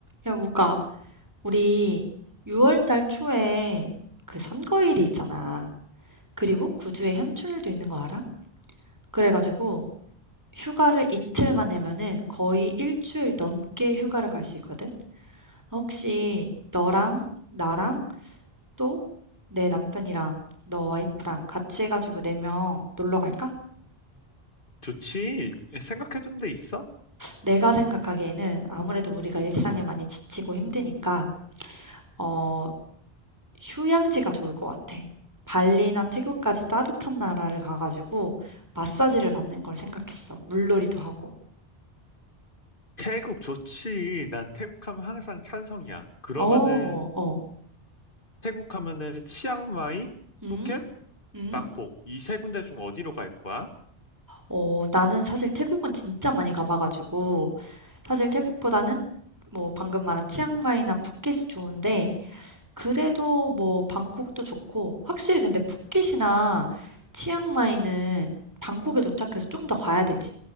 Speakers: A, on the right; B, on the left.
A: 야, 우가, 우리 6월 달 초에 그 선거일이 있잖아. 그리고 9주에 현충일도 있는 거 알아? 그래가지고 휴가를 이틀만 내면은 거의 일주일 넘게 휴가를 갈 수 있거든? 혹시 너랑 나랑 또 내 남편이랑 너 와이프랑 같이 해가지고 4명 놀러 갈까?
B: 좋지. 생각해둔 데 있어?
A: 내가 생각하기에는 아무래도 우리가 일상에 많이 지치고 힘드니까, 어, 휴양지가 좋을 것 같아. 발리나 태국까지 따뜻한 나라를 가가지고 마사지를 받는 걸 생각했어. 물놀이도 하고.
B: 태국 좋지. 난 태국 하면 항상 찬성이야. 그러면은
A: 어, 어.
B: 태국 하면은 치앙마이,
A: 응?
B: 푸켓,
A: 응?
B: 방콕 이 세 군데 중 어디로 갈 거야?
A: 어, 나는 사실 태국은 진짜 많이 가봐가지고 사실 태국보다는 뭐 방금 말한 치앙마이나 푸켓이 좋은데 그래도 뭐 방콕도 좋고 확실히 근데 푸켓이나 치앙마이는 방콕에 도착해서 좀 더 가야 되지.